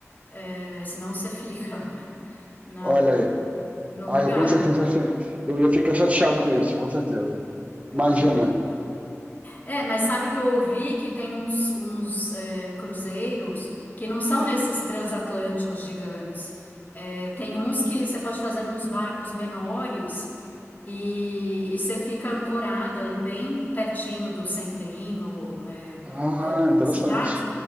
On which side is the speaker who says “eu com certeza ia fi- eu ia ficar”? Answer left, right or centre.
Right